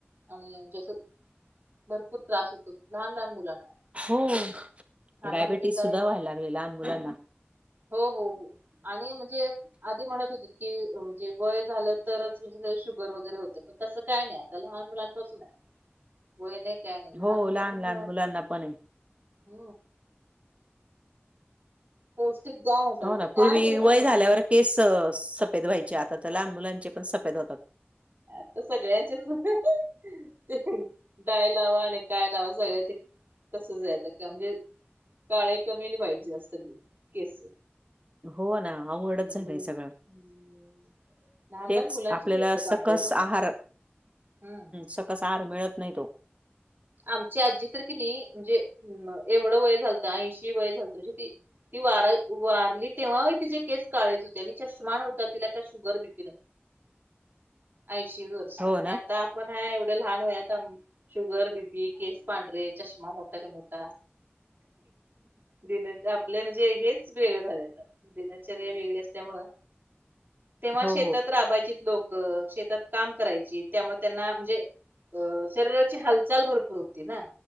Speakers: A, on the right; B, on the right.
A: आणि जसं भरपूर त्रास होतो लहान लहान मुलांना.
B: हो
A: खाण्यामध्ये
B: डायबेटीस
A: काय
B: सुद्धा व्हायला लागले लहान मुलांना.
A: हो हो हो आणि म्हणजे, आधी म्हणत होती की म्हणजे वय झालं तरच म्हणजे शुगर वगैरे होते. पण तसं काय नाही आता लहान मुलांपासून आहे. वय नाही काय नाही, लहान
B: हो
A: मूल पण
B: लहान मुलांना पण आहे.
A: <inaudible> पौष्टिक द्या म्हणतात
B: हो
A: आता
B: ना
A: काय
B: पूर्वी
A: द्यायचं
B: वय
A: मला
B: झाल्यावर केस सफेद व्हायचे आता तर लहान मुलांचे. सफेद होतात.
A: आता सगळ्यांचेच ते डाय लावा आणि काय लावा सगळं ते तसचयेतं का म्हणजे काळे कमी आणि वाईट जास्त त केस.
B: हो ना अवघडच
A: हम्म
B: झालंय
A: हम्म.
B: सगळं.
A: लहान
B: तेच
A: लहान मुलांची
B: आपल्याला
A: केस
B: सकस
A: पांढरेत ओ
B: आहार.
A: हम्म
B: सकस आहार मिळत नाही तो
A: आमची आजी तर की नाही म्हणजे अ एवढं वय झालतं ऐंशी वय झालतं म्हणजे ती ती वारा वारली तेव्हा तिचे केस काळेत होते आणि चष्मान होता काय शुगर बीपी ऐंशी वर्ष.
B: हो ना?
A: आता आपण हा एवढ्या लहान वयात शुगर बीपी पी केस पांढरे चष्मा मोठाच्या मोठा दिन ग म्हणजे हेच वेगळं झाले आता दिनचर्या वेगळी असल्यामुळे. तेव्हा
B: हो,
A: शेतात राबायचेत लोक. शेतात काम करायची त्यामुळ त्यांना म्हणजे शरीराची हालचाल भरपूर होती ना